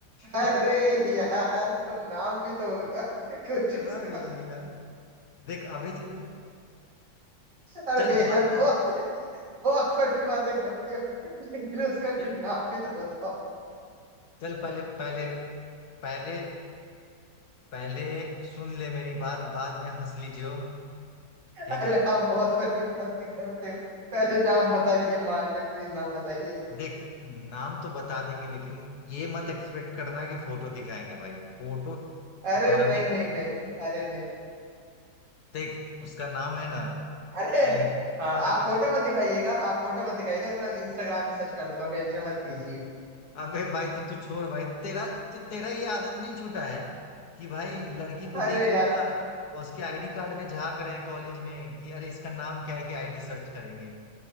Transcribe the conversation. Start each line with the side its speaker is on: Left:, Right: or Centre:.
Right: अरे
Left: <laughs>
Right: यार तो नाम भी तो होगा कुछ
Left: अरे
Right: उसका
Left: यार देख अभी चल <laughs>
Right: अरे
Left: चल
Right: यार
Left: बा-
Right: बहुत बहुत फनी बातें करते हो लेकिन उसका कुछ
Left: चल
Right: नाम भी तो बताओ
Left: चल पहले पहले पहले पहले सुन ले मेरी बात बाद में हंस लीजियो ठीक
Right: अरे
Left: है
Right: आप बहुत बड़ी बातें करते हो पहले नाम बताइए माँ के प्लीज नाम बताइए
Left: देख नाम तो बता देंगे लेकिन ये मत एक्सपेक्ट करना कि फोटो दिखाएंगे भाई फोटो
Right: अरे
Left: भाभी
Right: नहीं नहीं नहीं अरे नहीं
Left: देख उसका नाम है ना
Right: अरे
Left: अली
Right: हाँ
Left: अरे
Right: आप फोटो मत दिखाइएगा आप फोटो मत दिखाइएगा मैं इंस्टाग्राम पे सर्च कर लूंगा टेंशन मत लीजिए
Left: अबे भाई तो तू छोड़ भाई तेरा ते, तेरा ये आदत नहीं छूटा है कि भाई लड़की को देख
Right: अरे
Left: लिया
Right: यार
Left: और उसके आईडी कार्ड में झांक रहे हैं कॉलेज में कि अरे इसका नाम क्या है कि आईडी सर्च करेंगे